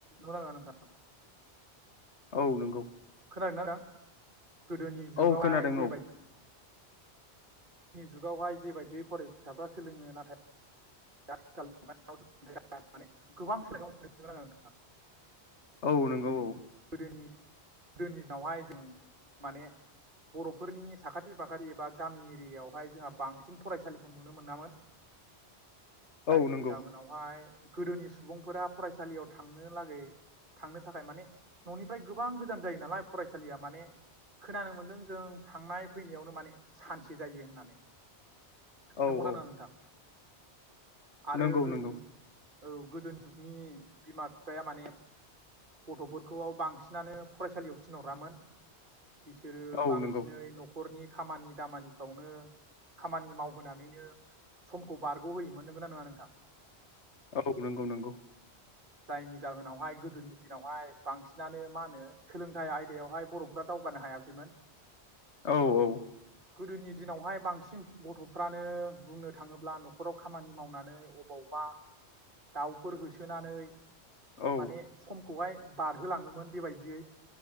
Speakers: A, on the right; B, on the left.
A: मोनदों नंगौ ना नङा नोंथां
B: औ नंगौ
A: खोनादों ना नोंथां गोदोनि जुगावहाय
B: औ खोनादों
A: जेबाय
B: औ
A: गोदोनि जुगावहाय जेबायदियै फरायसाफ्रा सोलोङो नाथाय <unintelligible> गोबां सोलायनाय मोनहैगोन आरों नोंथाङा
B: औ नंगौ औ
A: गोदोनि दिनावहाय जों माने बर'फोरनि साखाथि फाखाथि एबा गामि एरियायावहाय जोंहा बांसिन फरायसालिखौ नयो नुनो मोनामोन जायनि
B: औ नंगौ
A: जाहोनावहाय गोदोनि सुबुंफोरा फरायसालियाव थांनो लागै थांनो थाखाय माने न'निफ्राय गोबां गोजान जायो नालाय फरायसालिया माने खोनानो मोनदों जों थांनाय फैनायावनो माने सान्से जायो होननानै
B: औ
A: नंगौना
B: औ
A: नङा नोंथां आरो
B: नंगौ
A: गोदोनि
B: नंगौ
A: औ गोदो जुगनि बिमा बिफाया माने गथ'फोर खौआव बांसिनानो फरायसालियाव थिनहरामोन बिसोरो
B: औ
A: बांसिनै
B: नंगौ
A: न'खरनि खामानि दामानिखौनो खामानि माव होनानैनो समखौ बारग' होयोमोन नोंगोनना नङा नोंथां
B: औ नंगौ नंगौ
A: जायनि जाहोनावहाय गोदोनि दि नावहाय बांसिनानो मा होनो सोलोंथाइ आयदायावहाय बर'फ्रा दावगानो हायाखैमोन
B: औ औ
A: गोदोनि दिनावहाय बांसिन गथ'फ्रानो बुंनो थाङोब्ला न'खराव खामानि मावनानै अबावबा दाउफोर होसोनानै
B: औ
A: माने समखौहाय बारहोलाङोमोन बेबायदियै